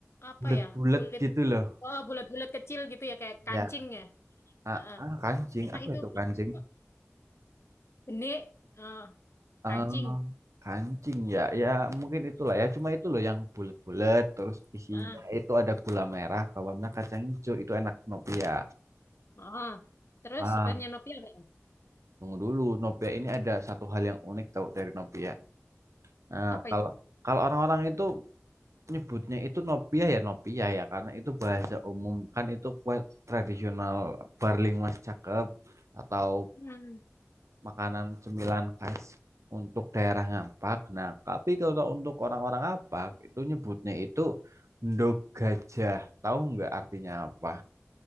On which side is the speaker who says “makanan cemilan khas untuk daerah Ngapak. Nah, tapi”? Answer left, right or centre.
Right